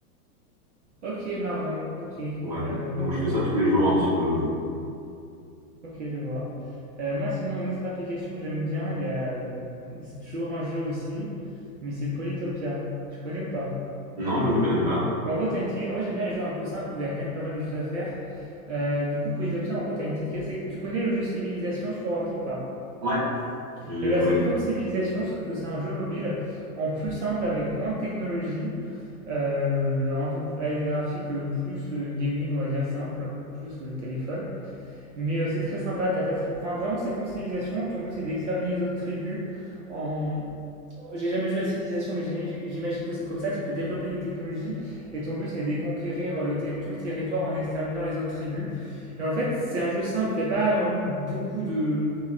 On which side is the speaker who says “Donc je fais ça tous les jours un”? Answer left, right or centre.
Right